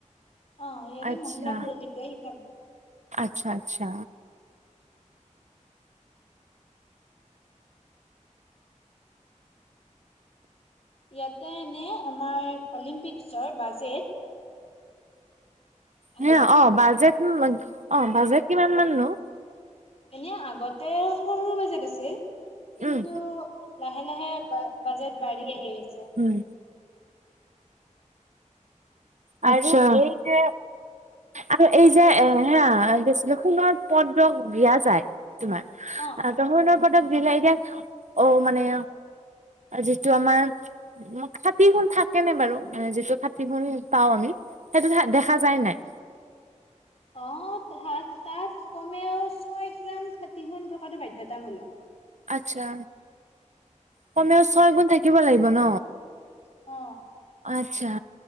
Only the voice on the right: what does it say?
আচ্ছা
আচ্ছা আচ্ছা
ন অ বাজেট অ বাজেট কিমান মাননো
উম
উম আৰু এই যে আৰু এই যে এ হে কি আছিল সোণৰ পদ্ৰক দিয়া যায় তোমাৰ
ত সোণৰ পদত দিলে এতিয়া অ মানে যিটো আমাৰ খাতি সুণ থাকে নে বাৰু যিটো খাতি সুন পাও আমি সেইটো দেখা যায় নাই
আচ্ছা কমেও ছয় গুণ থাকিব লাগিব ন
আচ্ছা